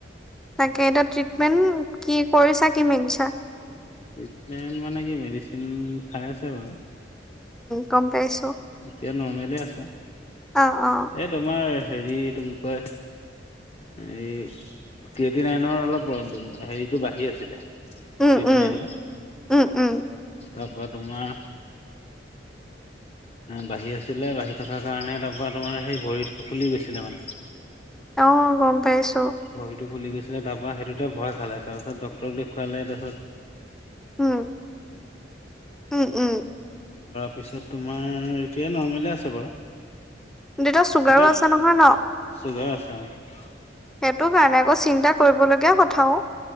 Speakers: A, in the centre; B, on the left.
A: তাকে এতিয়া ট্ৰিটমেণ্ট কি কৰিছা কি মিনিছা।
B: ট্ৰিটমেণ্ট মানে কি মেডিচিন খাই আছে বাৰু।
A: কম পেছ
B: এতিয়া নৰ্মেলি আছে।
A: অ অ
B: এই তোমাৰ হেৰি এইটো কি কয় এই কটি নাইনৰ অলপ হেৰিতটো বাঢ়ি আছিলে।
A: উম
B: পৰি
A: উম
B: নাইটো
A: উম উম
B: তাৰপৰা তোমাৰ। বাঢ়ি আছিলে বাঢ়ি থকাৰ কাৰণে তাৰপৰা তে সেই ভৰিটো ফুলি গৈছিলে মানে।
A: আহ গম পাইছো।
B: ভৰিটো ফুলি গৈছিলে তাৰ পৰাা সেইটোতে ভয় খালে তাৰপিছত ডটৰক দেখুৱালে তাৰ
A: উম উম উম।
B: পছত <unintelligible> আমাৰ এতিয়া নৰ্মেলে আছে বাৰু
A: দেউতাৰ চুগাৰো
B: কতিয়া
A: আছে নহয় ন?
B: চগা আছা <unintelligible>
A: সেইটো কাৰণে আকৌ চিন্তা কৰিবলগীয়া কথাও